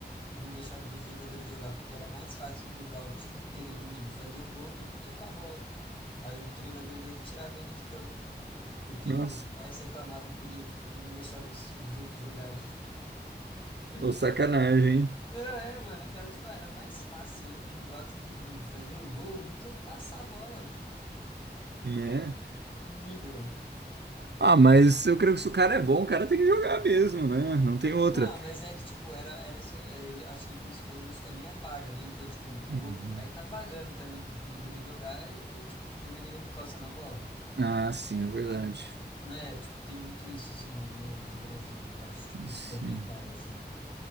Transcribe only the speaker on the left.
e não deixava os outros jogadores jogar, porque era mais fácil driblar o time inteiro inimigo e fazer o gol do que tocar a bola. Aí o treinador dele tirava ele de campo, porque
os pais reclamavam que ele, que ele não deixava os, os outros jogarem. <laughs>
Não, é, mano, cara, tipo, era mais fácil eu driblar todo mundo e fazer o gol do que eu passar a bola, velho.
Nível.
Não, mas é que, tipo, era, era, esco- é, ele, acho que ele começou fazendo escolinha paga, né? Então, tipo, o
outro pai tá pagando também pro filho dele jogar e aí, tipo, o filho dele encosta na bola.
É, tipo, tem muito isso, assim, no, no, no Brasil, eu acho, tipo,
escolinha paga, assim.